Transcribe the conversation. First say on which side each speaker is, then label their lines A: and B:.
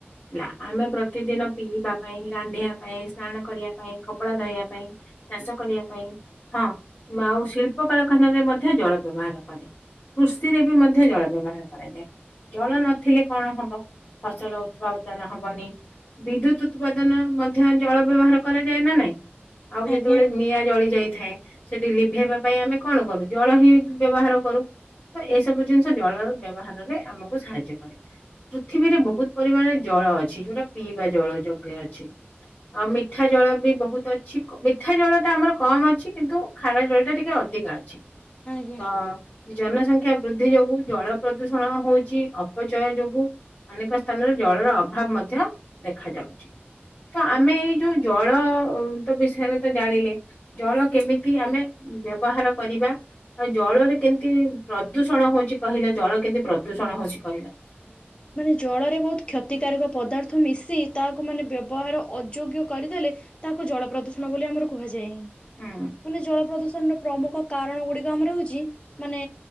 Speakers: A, on the left; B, on the left.
A: ହେଲା ଆମେ ପ୍ରତିଦିନ ପିଇବା ପାଇଁ ରାନ୍ ଢ଼ିଆ ପାଇଁ ସ୍ନାନ କରିବା ପାଇଁ କପଡ଼ା ଧୋଇବା ପାଇଁ ଚାଷ କରିବା ପାଇଁ ହଁ ମାଉ ଶିଳ୍ପ କଳଖନାରେ ମଧ୍ୟ ଜଳ ବ୍ୟବହାର କରେ। କୃଷ ରେ ବି ମଧ୍ୟ ଜଳ ବ୍ୟବହାର କରାଯାଏ ଜଳ ନଥିଲେ କଣ ହବ ଫସଲ ଉତ୍ପାଦନ ହବନି। ବିଦ୍ୟୁତ ଉତ୍ପାଦନ ମ ଧ୍ୟ ଜଳ ବ୍ୟବହାର କରାଯାଏ ନା ନାଇଁ? ଆଉ ଯେତେବେଳେ
B: ଆଜ୍ଞା
A: ନିଆଁ ଜଳି ଯାଇଥାଏ। ସେଠି ଲିଭେଇବା ପାଇଁ ଆମେ କଣ କରୁ ଜଳ ହିଁ ବ୍ୟବହାର କରୁ। ତ ଏସବୁ ଜିନିଷ ଜଳ ବ୍ୟବହାରରେ ଆମକୁ ସାହାଯ୍ୟ କରେ। ପୃଥିବୀରେ ବହୁତ ପରିମାଣେ ଜଳ ଅଛି ଯୋଉଟା ପିଇବା ଜଳ ଯୋଗେ ଅଛି। ଆଉ ମିଠା ଜଳ ବି ବହୁତ ଅଛି। କ୍ ମିଥା ଜଳ ଟା ଆମର କମ ଅଛି କିନ୍ତୁ ଖାରା ଜଳ ଟା ଟିକେ ଅଧିକା ଛି
B: ଆଜ୍ଞା।
A: ତ ଜନସଂଖ୍ୟା ବୃଦ୍ଧି ଯୋଗୁ ଜଳ ପ୍ରଦୂଷଣ ହଉଚି ଅପଚୟ ଯୋଗୁ ଅନେକ ସ୍ଥାନରେ ଜଳର ଅଭାବ ମଧ୍ୟ ଦେଖାଯାଉଚି। ତ ଆମେ ଏଇ ଯୋଉ ଜଳ ତ ବିଷୟରେ ତ ଜାଣିଲେ। ଜଳ କେମିତି ଆମେ ବ୍ୟବହାର କରିବା ଆଉ ଜଳରେ କେମିତି ପ୍ରଦୂଷଣ ହଉଚି କହିଲେ ଜଳ କେମିତି ପ୍ରଦୂଷଣ ହଉଚି କହିଲ?
B: ଆଁ ମାନେ ଜଳରେ ବହୁତ କ୍ଷତିକାରକ ପଦାର୍ଥ ମିଶି ତାହାକୁ ମାନେ ବ୍ୟବହାର ଅଯୋଗ୍ୟ କରିଦେଲେ ତାହାକୁ ଜଳ ପ୍ରଦୂଷଣ ବୋଲି ଆମର କୁହାଯାଏ।
A: ହୁଁ
B: ମାନେ ଜଳ ପ୍ରଦୂଷଣର ପ୍ରମୁଖ କାରଣ ଗୁଡିକ ଆମର ହଉଛି ମାନେ